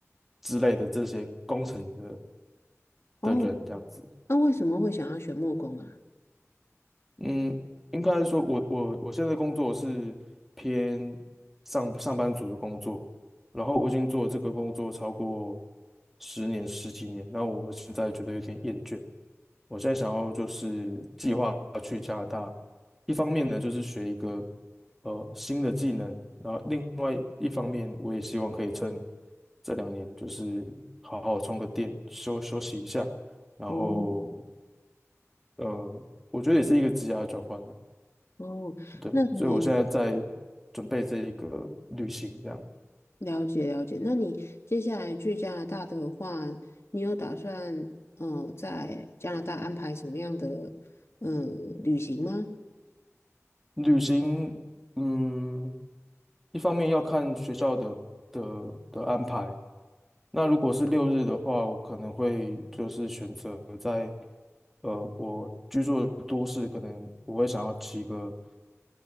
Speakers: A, in the centre; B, on the left.
A: 之类的这些工程的
B: 哦，
A: 的人这样子。
B: 那为什么会想要选木工啊？
A: 嗯，应该说我我我现在工作是偏上上班族的工作，然后我已经做这个工作超过十年十几年，那我现在觉得有点厌倦。我现在想要就是计划去加拿大，一方面呢就是学一个呃新的技能，然后另外一方面我也希望可以趁这两年就是好好充个电，休休息一下，然后
B: 哦
A: 呃我觉得也是一个职涯转换吧，
B: 哦，
A: 对，
B: 那你
A: 所以我现在在准备这一个旅行，这样
B: 了解了解，那你接下来去加拿大的话，你有打算呃在加拿大安排什么样的呃旅行吗？
A: 旅行嗯一方面要看学校的的的安排。那如果是六日的话，我可能会就是选择在呃我居住的都市，可能我会想要骑个